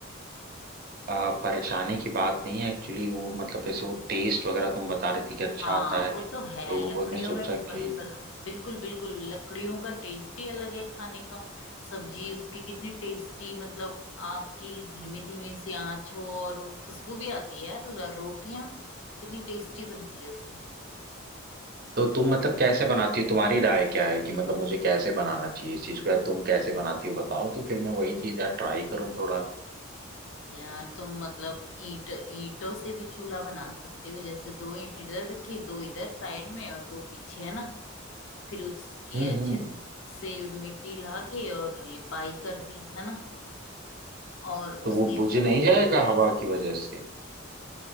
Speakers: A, on the right; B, on the left.
A: अ, परेशानी की बात नहीं है एक्चुअली वो मतलब जैसे वो टेस्ट वगैरह तुम बता रही थी कि अच्छा
B: हाँ
A: आता है
B: वो तो
A: तो
B: है लकड़ियों
A: मैंने सोचा
B: में
A: कि
B: ब, बना बिल्कुल बिल्कुल लकड़ियों का टेस्ट ही अलग है खाने का सब्जी उसकी कितनी टेस्टी मतलब आग की धीमी धीमी सी आंच हो और खुशबू भी आती है यार रोटियां कितनी टेस्टी बनती है उसमें
A: तो तुम मतलब कैसे बनाती हो तुम्हारी राय क्या है कि मतलब मुझे कैसे बनाना चाहिए इस चीज को या तुम कैसे बनाती हो बताओ तो फिर मैं वही चीज यार ट्राई करूं थोड़ा
B: यार तुम मतलब ईंट ईंटों से भी चूल्हा बना सकते हो जैसे दो ईंट इधर रखी दो इधर साइड में और दो पीछे है ना फिर उसकी
A: हम्म
B: अच्छे
A: हम्म
B: से से मिट्टी ला के और लिपाई कर दी है ना और उसके
A: तो वो बुझ नहीं जाएगा हवा की वजह से